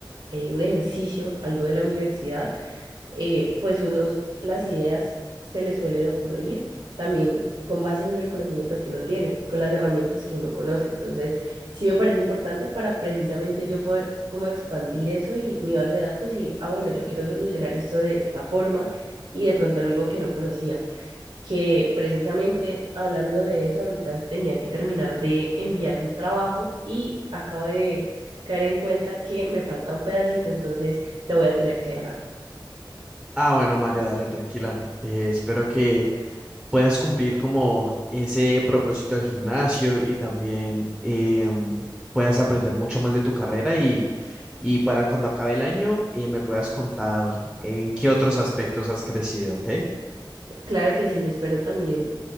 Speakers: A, on the right; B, in the centre.
A: eh, un ejercicio, algo de la universidad, eh, pues unos, las ideas se les suelen ocurrir también con base en el conocimiento que uno tiene, con las herramientas que uno conoce. Entonces, sí me parece importante para precisamente yo poder como expandir eso y mi base de datos y, ah, bueno, yo quiero solucionar esto de esta forma y de pronto era algo que no conocía que precisamente hablando de eso, ahorita tenía que terminar de enviar un trabajo y acabo de caer en cuenta que me falta un pedacito, entonces te voy a tener que dejar.
B: Ah, bueno, María, dale, tranquila. Eh, espero que... puedas cumplir como ese propósito del gimnasio y también em, puedas aprender mucho más de tu carrera y, y para cuando acabe el año eh, me puedas contar en qué otros aspectos has crecido, ¿ok?
A: Claro que sí, espero también,